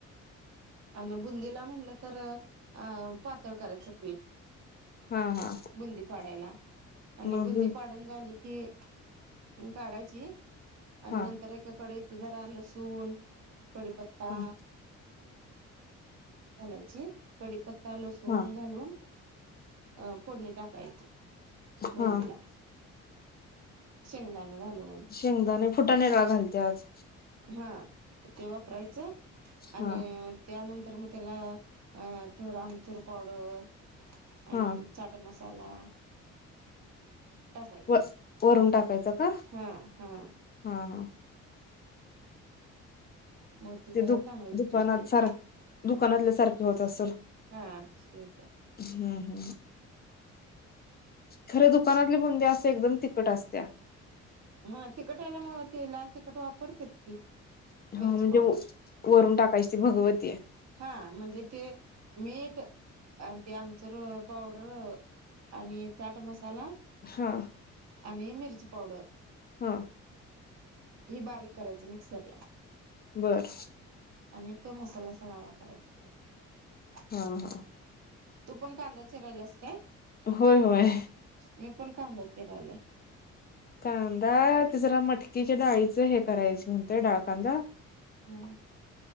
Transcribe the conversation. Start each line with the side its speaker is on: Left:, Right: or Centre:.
Right: आणि बुंदीला म्हणलं तर अ पातळ करायचं पीठ.
Left: हा हा.
Right: बुंदी पाडायला आणि
Left: मग
Right: बुंदी पाड. झाली की काढायची आणि
Left: हा
Right: नंतर एक. एकाकडे येत जरा लसूण कडिपत्ता.
Left: हा
Right: घालायची कडीपत्ता लसूण
Left: हा
Right: घालून अ फोडणी टाकायची. बुंदीला
Left: हा
Right: शेंगदाण घालून
Left: शेंगदाणे फुटानेळा घालतत.
Right: हा ते वापरायचं आणि
Left: हा
Right: त्यानंतर मग त्याला थोडा आमचूर पावडर आणि
Left: हा
Right: चट मसाला टासायच
Left: व वरून टाकायचा का
Right: हा हा.
Left: हा हा.
Right: मग ती जरा
Left: ते दु
Right: चांगली
Left: दुकानात
Right: टेस्ट येते
Left: सार दुकानातल्या सारखे होत असेल.
Right: हा होत.
Left: हम्म हम्. खरे दुकानातले बंदी असे एकदम तिखट असत्या
Right: हा तिकटायला मती लाल तिकट वापरते की
Left: हा
Right: मिरची
Left: म्हणजे
Right: पावडर
Left: वरून टाकायची भगवती
Right: हा म्हणजे ते मीठ आणि ते आमचर पावडर. आणि चाट मसाला.
Left: हा.
Right: आणि मिरची पावडर.
Left: हा.
Right: ही बारीक करायची मिक्सर ला
Left: बर.
Right: आणि तो मसाला सगळा वापरायचा त्याला
Left: हा हा.
Right: तू पण कांदा चि राहिलास काय?
Left: होय होय
Right: मी पण कांदा चिरालाय.
Left: कांदा ति जला मटकीच्या डाळीचं हे करायचे म्हणतय डाळ कांदा
Right: हम्